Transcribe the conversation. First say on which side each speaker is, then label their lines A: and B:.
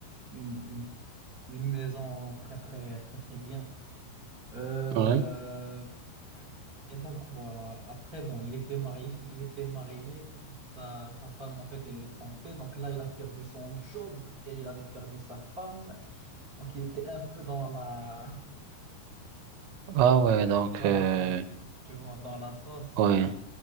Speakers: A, on the right (about 40°); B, on the right (about 80°).
A: une, une une maison très très très très bien. Euh,
B: ouais.
A: et donc voilà. Après, bon, il était marié, <laughs> il était marié. Sa, sa femme, en fait, elle le trompait. Donc là, il a perdu son job et il avait perdu sa femme. Donc il était un peu dans la,
B: Ah ouais,
A: <laughs>
B: donc,
A: dans
B: euh,
A: la sauce. Tu vois, dans la sauce.
B: ouais,